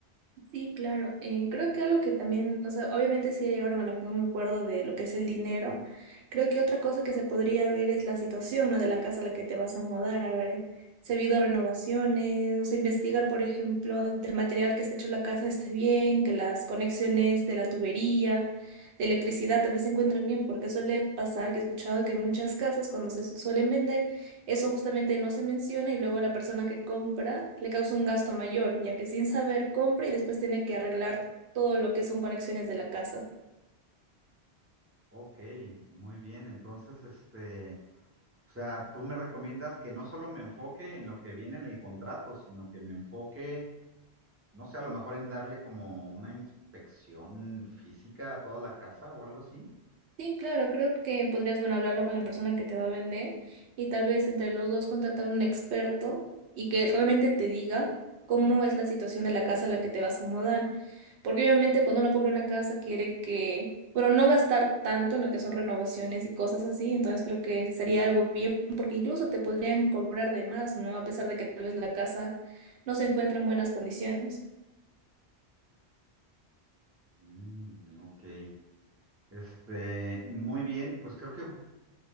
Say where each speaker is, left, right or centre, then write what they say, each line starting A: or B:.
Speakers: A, on the right (about 80°); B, on the right (about 20°).
A: Sí, claro. Eh, creo que algo que también, o sea, obviamente sí ya llegaron a la- un acuerdo de lo que es el dinero. Creo que otra cosa que se podría ver es la situación, ¿no? De la casa a la que te vas a mudar, a ver si ha habido renovaciones, o sea, investigar, por ejemplo, del material que está hecho la casa esté bien, que las conexiones de la tubería, de electricidad, tal vez se encuentren bien, porque suele pasar que he escuchado que en muchas casas cuando se suelen vender eso justamente no se menciona y luego a la persona que compra le causa un gasto mayor, ya que sin saber compra y después tiene que arreglar todo lo que son conexiones de la casa.
B: Ok, muy bien. Entonces, este, o sea, tú me recomiendas que no solo me enfoque en lo que viene en el contrato, sino que me enfoque No sé, a lo mejor en darle como una inspección física a toda la casa o algo así.
A: Sí, claro, creo que podrías, bueno, hablarlo con la persona que te va a vender y tal vez entre los dos contratar un experto y que él realmente te diga cómo es la situación de la casa a la que te vas a mudar. Porque obviamente cuando uno compra una casa quiere que, bueno, no gastar tanto en lo que son renovaciones y cosas así, entonces creo que sería algo bien, porque incluso te podrían cobrar de más, ¿no? A pesar de que tal vez la casa no se encuentra en buenas condiciones.
B: Mm, ok. Este, muy bien, pues creo que